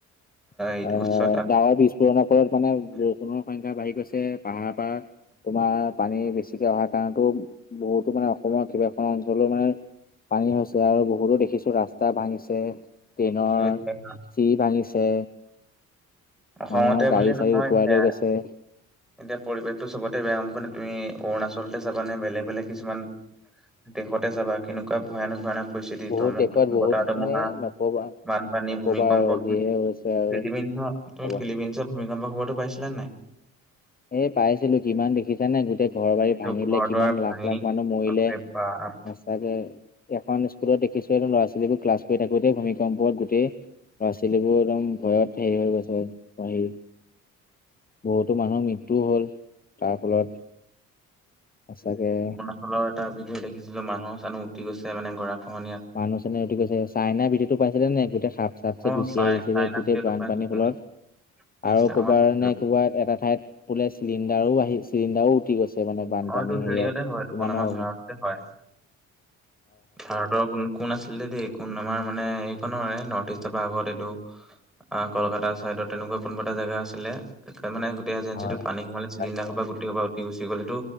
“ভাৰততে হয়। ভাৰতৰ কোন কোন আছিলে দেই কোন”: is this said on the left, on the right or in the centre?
Centre